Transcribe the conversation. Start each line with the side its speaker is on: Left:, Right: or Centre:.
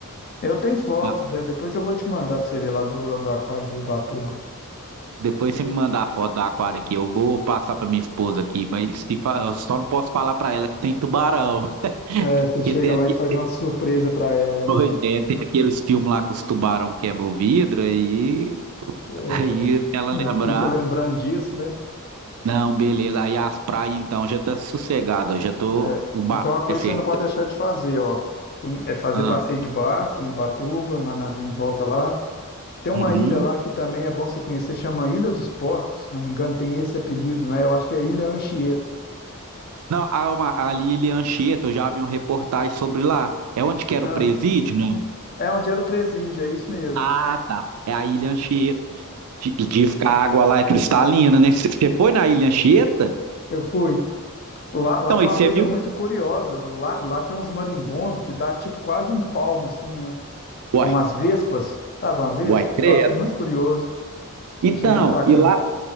Left: Eu tenho fotos,
Right: Mas
Left: de- depois eu vou te mandar pra você ver lá do, lá do aquário de Ubatuba.
Right: Depois você me mandar a foto do aquário aqui, eu vou passar pra minha esposa aqui, mas se fa- eu só não posso falar pra ela que tem tubarão, <laughs>
Left: É, você
Right: porque
Left: chega
Right: tem aqui,
Left: lá e faz uma surpresa pra ela
Right: pois
Left: lá.
Right: é, tem aqueles filmes lá que os tubarão quebram o vidro aí
Left: É,
Right: Aí, se ela lembrar,
Left: Fica lembrando disso, né?
Right: não, beleza. Aí as praias, então, já tá sossegada, ó, já tô,
Left: É,
Right: o bate
Left: então, a coisa
Right: vai ser.
Left: que você não pode deixar de fazer, ó, Cun- é fazer
Right: Ah.
Left: passeio de barco em Ubatuba, lá na, em volta lá. Tem uma
Right: Uhum.
Left: ilha lá que também é bom você conhecer, chama Ilha dos Porcos, se não me engano, tem esse apelido, né? Eu acho que é Ilha Anchieta.
Right: Não, a, uma, ali em Anchieta, eu já vi um reportagem sobre lá. É onde que era
Left: Ah,
Right: o presídio? Não.
Left: é onde era o presídio, é isso mesmo.
Right: Ah, tá. É a Ilha Anchieta. Di- Diz que a água lá é cristalina, né? Você foi na Ilha Anchieta?
Left: Eu fui. Lá, lá
Right: Então,
Left: tem
Right: aí
Left: uma
Right: você
Left: coisa
Right: viu?
Left: muito curiosa, lá, lá tem uns marimbondos que dá tipo quase um palmo, assim, ó,
Right: Uai,
Left: a umas vespas, sabe, umas vespas?
Right: uai, credo.
Left: Eu achei muito curioso,
Right: Então,
Left: achei muito bacana.
Right: e lá,